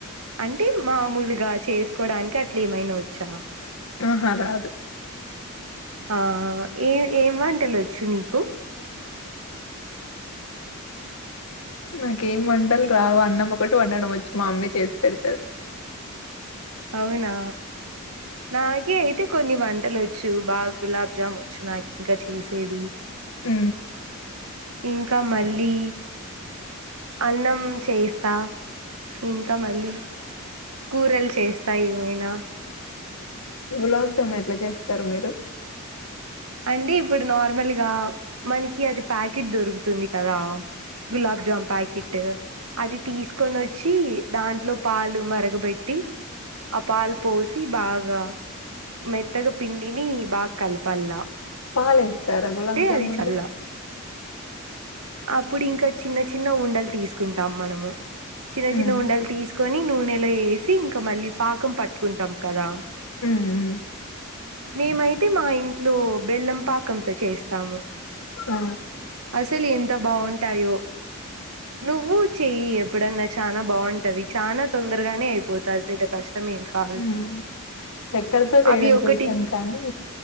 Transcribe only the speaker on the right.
అంటే మామూలుగా చేసుకోడానికి అట్లా ఏమైన వచ్చా
ఆ ఏ ఏం వంటలు వచ్చు నీకు
అవునా నాకే అయితే కొన్ని వంటలు వచ్చు బాగా గులాబ్జాము వచ్చు నాకు ఇంకా చేసేది
ఇంకా మళ్ళీ అన్నం చేస్తా ఇంకా మళ్ళీ కూరలు చేస్తా <unintelligible>
అంటే ఇప్పుడు నార్మల్ గా మనకి అది ప్యాకిట్ దొరుకుతుంది కదా గులాబ్ జామ్ ప్యాకిట్ అది తీసుకొని వచ్చి దాంట్లో పాలు మరగబెట్టి ఆ పాలు పోసి బాగా మెత్తగా పిండిని బాగా కలపల్లా
అంటే
అది చల్ల అప్పుడు ఇంకా చిన్న చి చిన్న ఉండల్ తీసుకుంటాం మనము చిన్నచిన్న
ఉండలు తీసుకొని నూనెలో ఏస్ సీ ఇంకా మళ్ళీ పాకం పట్టుకుంటాం కదా
మేమైతే మా ఇంట్లో బెల్లం పాకంతో చేస్తాము
అసలు ఎంత్ ఎంత బావుంటాయో నువ్వు చెయి ఎప్పుడన్న చానా బాగుంటది చానా తొందరగానే అయిపోతాది పెద్ద కష్టం ఏం కాదు
అవి ఒకటి